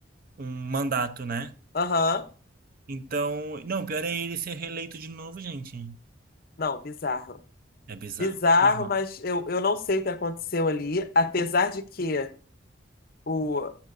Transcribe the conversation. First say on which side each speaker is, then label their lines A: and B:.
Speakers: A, on the right; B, on the left.
A: um mandato, né?
B: Aham.
A: Então. Não, o pior é ele ser reeleito de novo, gente.
B: Não, bizarro.
A: É bizarro.
B: Bizarro,
A: Não, não.
B: mas eu, eu não sei o que aconteceu ali, apesar de que o,